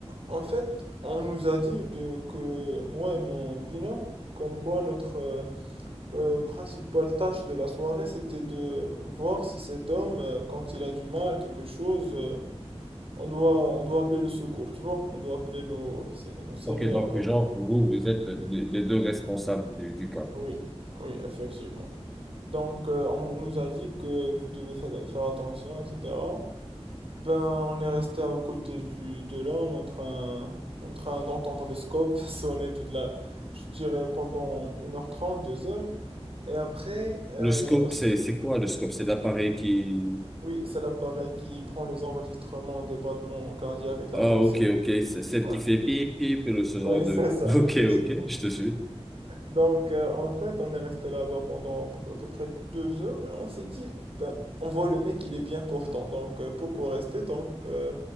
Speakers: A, on the right; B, in the centre.
A: en fait, on nous a dit de, que moi et mon binôme, comme quoi notre euh, euh, principale tâche de la soirée, c'était de voir si cet homme, euh, quand il a du mal, quelque chose, euh, On doit, on doit appeler le secours, tu vois? On doit appeler nos, se- nos seigneurs,
B: Ok, donc,
A: nos...
B: genre, vous, vous êtes les les deux responsables du, du cas, quoi.
A: Oui, oui, effectivement. Donc, euh, on nous a dit que vous devez faire, faire attention, etc. Ben, on est resté à côté du, de l'homme en train, en train d'entendre le scope <laughs> sonner toute la, je dirais, pendant une heure trente deux heures Et après, euh,
B: Le scope,
A: on s'est
B: c'est,
A: dit,
B: c'est quoi, le scope? C'est l'appareil qui...
A: oui, c'est l'appareil qui prend les enregistrements des battements cardiaques et de la
B: Ah,
A: tension.
B: ok, ok. C'est celle
A: Ouais.
B: qui fait pip, pip, le, ce genre
A: Oui,
B: de...
A: c'est ça,
B: <laughs> Ok,
A: effectivement.
B: ok, je te suis.
A: Donc, euh, en fait, on est resté là-bas pendant à peu près deux heures et on s'est dit, ben, on voit le mec, il est bien portant. Donc, euh, pourquoi rester? Donc, euh,